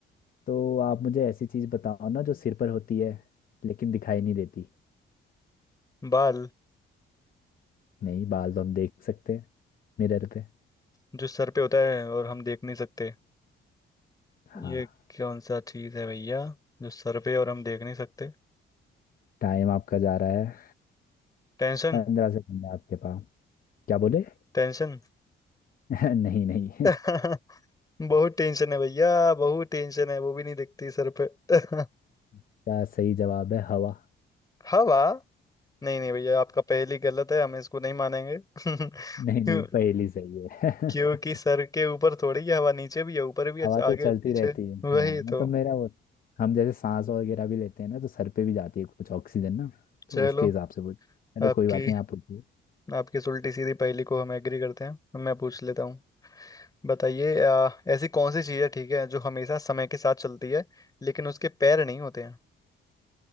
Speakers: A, on the left; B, on the left.
A: तो आप मुझे ऐसी चीज बताओ ना जो सिर पर होती है लेकिन दिखाई नहीं देती
B: बाल
A: नहीं बाल तो हम देख सकते हैं मिरर पे
B: जो सर पे होता है और हम देख नहीं सकते
A: हाँ
B: ये कौन सा चीज है भैया जो सर पे और हम देख नहीं सकते
A: टाइम आपका जा रहा है
B: टेंशन
A: पंद्रह सेकंड है आपके पास क्या बोले
B: टेंशन
A: <laughs> नहीं नहीं
B: <laughs>
A: <laughs>
B: बहुत टेंशन है भैया बहुत टेंशन है वो भी नहीं दिखती सर पे <laughs>
A: क्या सही जवाब है हवा
B: हवा नहीं नहीं भैया आपका पहली गलत है हम इसको नहीं मानेंगे <laughs> क्यों
A: नहीं नहीं पहली सही है <laughs>
B: क्योंकि सर के ऊपर थोड़ी है हवा नीचे भी है ऊपर भी है
A: हवा
B: आगे
A: तो चलती
B: पीछे
A: रहती है
B: वही
A: हाँ मतलब
B: तो
A: मेरा वो हम जैसे सांस वगैरह भी लेते हैं ना तो सर पे भी जाती है कुछ ऑक्सीजन ना तो
B: चलो
A: उसके हिसाब से पूछ चलो
B: आपकी
A: कोई बात नहीं आप पूछिए
B: आपकी इस उल्टी सीधी पहेली को हम एग्री करते हैं मैं पूछ लेता हूँ बताइए आ, ऐसी कौन सी चीज़ है ठीक है जो हमेशा समय के साथ चलती है लेकिन उसके पैर नहीं होते हैं